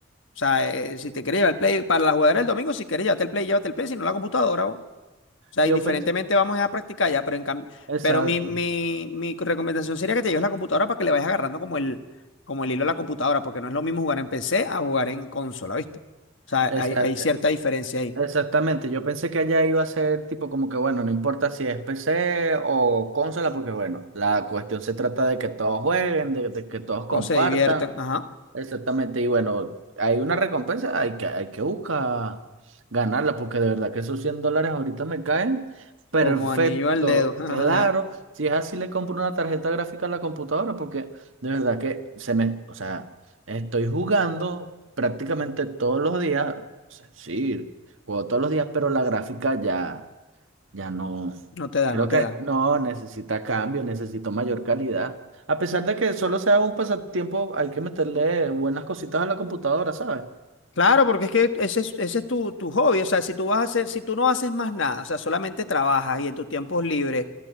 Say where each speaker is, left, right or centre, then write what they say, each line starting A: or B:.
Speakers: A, on the left; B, on the right.
A: sea, eh, si te quieres llevar el Play para la jugadera el domingo, si quieres llevarte el Play, llévate el Play, si no la computadora, o. O sea,
B: yo
A: indiferentemente
B: pensé,
A: vamos a practicar ya, pero en cambio,
B: exacto,
A: pero mi, mi, mi recomendación sería que te lleves la computadora para que le vayas agarrando como el, como el hilo a la computadora, porque no es lo mismo jugar en PC a jugar en consola, ¿viste? O sea,
B: exacto,
A: hay, hay cierta diferencia ahí.
B: exactamente. Yo pensé que allá iba a ser tipo como que, bueno, no importa si es PC o consola, porque bueno, la cuestión se trata de que todos jueguen, de, de que todos compartan.
A: Todos se diviertan, ajá,
B: Exactamente, y bueno, hay una recompensa, hay que, hay que buscar ganarla, porque de verdad que esos 100 dólares ahorita me caen. Perfecto,
A: como anillo al dedo, <laughs>
B: claro. Si es así, le compro una tarjeta gráfica a la computadora, porque de verdad que se me, o sea, estoy jugando prácticamente todos los días. o sea, Sí, juego todos los días, pero la gráfica ya. Ya no,
A: no te da,
B: creo
A: no te
B: que
A: da.
B: no, necesita cambio, necesito mayor calidad. A pesar de que solo sea un pasatiempo, hay que meterle buenas cositas a la computadora, ¿sabes?
A: Claro, porque es que ese es, ese es tu, tu hobby. O sea, si tú vas a hacer, si tú no haces más nada, o sea, solamente trabajas y en tus tiempos libres